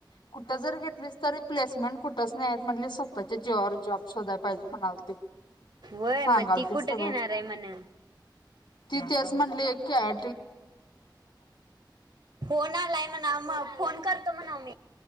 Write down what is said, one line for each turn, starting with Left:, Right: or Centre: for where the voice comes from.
Left: कुठ जर घेतलीस तरी प्लेसमेंट कुठच नाहीएत. म्हणली स्वतःच्या जीवावर जॉब शोधाय पाहिजे म्हणाल ती, सांगाल
Right: वय मग
Left: ती
Right: कुठे
Left: सगळं.
Right: घेणार आहे म्हणा
Left: ती तेच म्हणली के आय
Right: फोन आलाय म्हणा म फोन करतो म्हणाव मी.